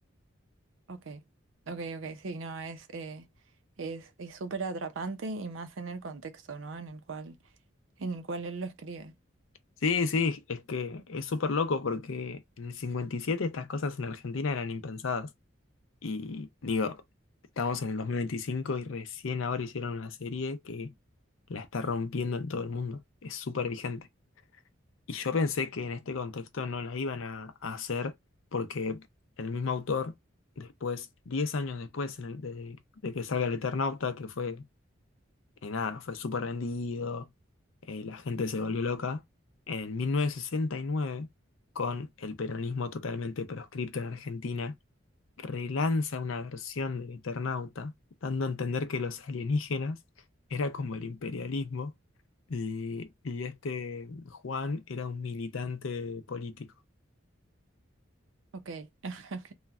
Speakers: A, on the right; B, on the left.
A: Ok, ok, ok, sí, no, es, eh, es, es súper atrapante y más en el contexto, ¿no? En el cual, en el cual él lo escribe.
B: Sí, sí, es que es súper loco porque en el 57 estas cosas en Argentina eran impensadas. Y digo, estamos en el 2025 y recién ahora hicieron una serie que la está rompiendo en todo el mundo. Es súper vigente. Y yo pensé que en este contexto no la iban a, a hacer porque el mismo autor, después, 10 años después en el- de, de que salga El Eternauta, que fue, eh, nada, fue súper vendido, eh, la gente se volvió loca, en 1969, con el peronismo totalmente proscripto en Argentina, relanza una versión del Eternauta, dando a entender que los alienígenas era como el imperialismo y, y este Juan era un militante político.
A: Ok, <laughs> ok.